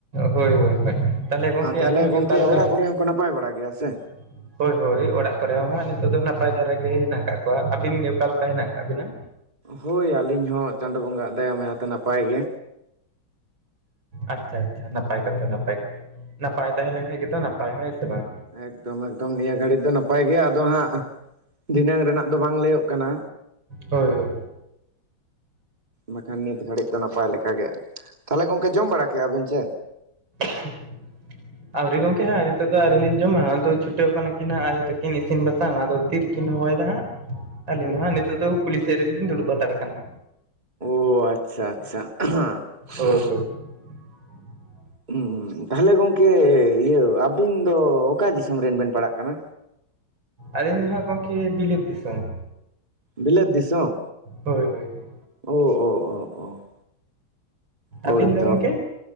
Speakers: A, on the right; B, on the right.
A: ᱦᱳᱭ ᱦᱳᱭ ᱦᱳᱭ ᱛᱟᱦᱚᱞᱮ ᱜᱚᱝᱠᱮ
B: ᱟᱨ ᱛᱟᱦᱞᱮ
A: ᱟᱹᱵᱤᱱ ᱜᱮ
B: ᱜᱚᱝᱠᱮ
A: ᱚᱠᱟ ᱞᱮᱠᱟ
B: ᱚᱲᱟᱜ ᱠᱚᱨᱮ ᱦᱚᱸᱠᱚ ᱱᱟᱯᱟᱭ ᱵᱟᱲᱟ ᱜᱮᱭᱟ ᱥᱮᱼᱼ
A: <inaudible> ᱦᱳᱭ ᱦᱳᱭ ᱚᱲᱟᱜ ᱠᱚᱨᱮ ᱦᱚᱸ ᱦᱟᱸᱜ ᱱᱤᱛᱚᱜ ᱫᱚ ᱱᱟᱯᱟᱭ ᱫᱷᱟᱨᱟ ᱜᱮ ᱦᱮᱱᱟᱜ ᱠᱟᱜ ᱠᱚᱣᱟ ᱟᱹᱵᱤᱱ ᱜᱮ ᱚᱠᱟ ᱞᱮᱠᱟ ᱦᱮᱱᱟᱜ ᱟᱠᱟᱫ ᱵᱤᱱᱟ
B: ᱦᱳᱭ ᱟᱹᱞᱤᱧ ᱦᱚᱸ ᱪᱟᱸᱫᱚ ᱵᱚᱸᱜᱟ ᱟᱜ ᱫᱟᱭᱟ ᱢᱟᱭᱟᱛᱮ ᱱᱟᱯᱟᱭ ᱜᱮ
A: ᱟᱪᱪᱷᱟ ᱟᱪᱪᱷᱟ ᱱᱟᱯᱟᱭ ᱠᱟᱛᱷᱟ ᱱᱟᱯᱟᱭ ᱠᱟᱛᱷᱟ ᱱᱟᱯᱟᱭ ᱛᱟᱦᱮᱸ ᱞᱮᱱᱠᱷᱟᱡ ᱜᱮᱛᱚ ᱱᱟᱯᱟᱭ ᱦᱮᱸ ᱥᱮ ᱵᱟᱝ
B: ᱮᱠᱫᱚᱢ ᱮᱠᱫᱚᱢ ᱱᱤᱭᱟᱹ ᱜᱷᱟᱹᱲᱤᱡ ᱫᱚ ᱱᱟᱯᱟᱭ ᱜᱮ ᱟᱫᱚ ᱦᱟᱸᱜᱼᱼ ᱫᱷᱤᱱᱟᱹᱝ ᱨᱮᱱᱟᱜ ᱫᱚ ᱵᱟᱝ ᱞᱟᱹᱭᱚᱜ ᱠᱟᱱᱟ
A: ᱦᱳᱭ ᱦᱳᱭ
B: ᱵᱟᱠᱷᱟᱱ ᱱᱤᱛ ᱜᱷᱟᱹᱲᱤᱡ ᱫᱚ ᱱᱟᱯᱟᱭ ᱞᱮᱠᱟ ᱜᱮᱼᱼ ᱛᱟᱦᱞᱮ ᱜᱚᱝᱠᱮ ᱡᱚᱢ ᱵᱟᱲᱟ ᱠᱮᱜ-ᱟ ᱵᱤᱱ ᱪᱮ
A: <inaudible> ᱟᱹᱣᱨᱤ ᱜᱚᱢᱠᱮ ᱦᱟᱸᱜ ᱱᱤᱛᱚᱜ ᱫᱚ ᱟᱹᱣᱨᱤ ᱞᱤᱧ ᱡᱚᱢᱟ ᱟᱫᱚ ᱪᱷᱩᱴᱟᱹᱣ ᱠᱟᱱᱟ ᱠᱤᱱ ᱦᱟᱸᱜ ᱟᱭᱚ ᱛᱟᱹᱠᱤᱱ ᱤᱥᱤᱱ ᱵᱟᱥᱟᱝᱼᱟ ᱟᱫᱚ ᱛᱤᱨᱤᱼᱼ ᱠᱤᱱ ᱦᱚᱦᱚᱭ ᱮᱫᱟ ᱦᱟᱸᱜ ᱟᱹᱞᱤᱧ ᱫᱚ ᱦᱟᱸᱜ ᱱᱤᱛᱚᱜ ᱫᱚ ᱠᱩᱞᱤ ᱥᱮᱫ ᱨᱮᱞᱤᱧ ᱫᱩᱲᱩᱵ ᱦᱟᱛᱟᱲ ᱠᱟᱱᱟ
B: ᱚ ᱟᱪᱪᱷᱟ ᱟᱪᱪᱷᱟ <unintelligible>
A: ᱦᱳᱭ ᱦᱳᱭ <inaudible>
B: <unintelligible> ᱛᱟᱦᱚᱞᱮ ᱜᱚᱝᱠᱮ ᱤᱭᱟᱹ ᱟᱵᱤᱱ ᱫᱚ ᱚᱠᱟ ᱫᱤᱥᱚᱢ ᱨᱮᱱ ᱵᱮᱱ ᱯᱟᱲᱟᱜ ᱠᱟᱱᱟ
A: ᱟᱹᱞᱤᱧ ᱫᱚ ᱦᱟᱸᱜ ᱜᱚᱢᱠᱮ ᱵᱤᱞᱟᱹᱛ ᱫᱤᱥᱚᱢ
B: ᱵᱤᱞᱟᱹᱛ ᱫᱤᱥᱚᱢ
A: ᱦᱳᱭ ᱦᱳᱭ ᱦᱳᱭ
B: ᱳ ᱳ <unintelligible> ᱦᱳᱭ
A: ᱟᱹᱵᱤᱱ ᱫᱚ
B: ᱛᱚ
A: ᱜᱚᱝᱠᱮ